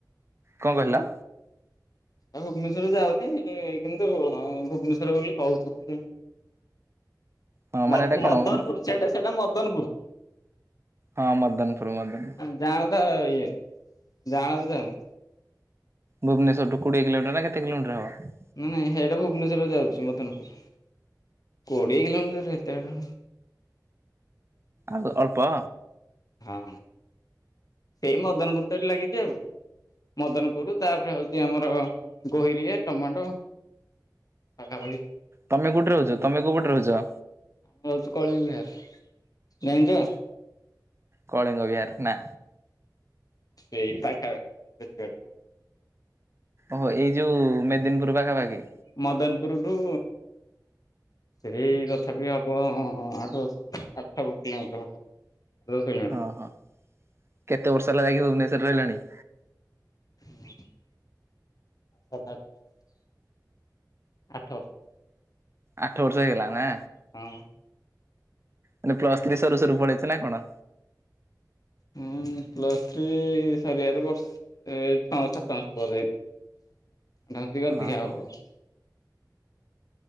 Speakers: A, on the right; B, on the left.
A: କଣ କହିଲା?
B: ଆଉ ଭୁବନେଶ୍ୱର ଯାଉନି କିନ୍ତୁ ଭୁବନେଶ୍ଵର ବୋଲି କହୁଛନ୍ତି।
A: ହଁ ମାନେ
B: ମଦନପୁର
A: ଏଇଟା କଣ ହଁ
B: ସେଟା ସେଟା ମଦନପୁର।
A: ହଁ ମଦନପୁର ମଦନ
B: ଯାଆଁଳ ତ ଇଏ ଯାଆଁଣ ତ ଯାଉନି।
A: ଭୁବନେଶ୍ଵରଠୁ କୋଡିଏ କିଲୋମଟର ନା କେତେ କିଲୋମୀଟର ହବ?
B: ନାଇଁ ସେଇଟା ଭୁବନେଶରରେ ଯାଉଚି ମଦନପୁର କୋଡିଏ କିଲୋମିଟରରେ ଏତେଡ
A: ଆଉ ଅଳ୍ପ?
B: ହଁ ସେଇ ମଦନପୁର ତ ଲାଗିଚି ଆଉ। ମଦନପୁର ତାପରେ ହଉଚି ଆମର ଗୋହିରିଆ ଟମାଣ୍ଡୋ। ପାଖା ପାଖି
A: ତମେ କୋଉଠ ରହୁଚ ତମ କୋଉଠେ ରହୁଚ?
B: ମୁଁ ରଉଚି କଳିଙ୍ଗ ବିହାର ଜାଣିଚୁ?
A: କଳିଙ୍ଗ ବିହାର ନା।
B: ସେଇପାଖା ପାଖ ସେତିକି ବାଟ।
A: ଓହୋ ଏଇ ଯୋଉ ମେଦିନପୁର ପାଖାପାଖି।
B: ମଦନପୁରଠୁ ସେଇ ତଥାପି ହବ ଆଠ ଆଠ କିଲୋମିିଟର। ଖେଳ ସଇଲାଣି?
A: ହ ହଁ କେତେ ବର୍ଷ ହେଲା ଯାଇକି ଭୁବନେଶରରେ ରହିଲାଣି?
B: <inaudible> ସାତ ବର୍ଷ ଆଠ। ଆଠ ବର୍ଷ।
A: ଆଠ ବର୍ଷ ହେଇଗଲା ନା?
B: ହଁ।
A: ମାନେ ପ୍ଲସ୍ ଥ୍ରି ସରୁ ସରୁ ପଳେଇଚ ନା କଣ?
B: ହୁଁ ପ୍ଲସ ଥ୍ରି ସରିବାରୁ ବର୍ଷ ଏ ଛ ସାତ ମାସ ପରେ <unintelligible>
A: ହଁ
B: ହେବ।
A: ହଁ।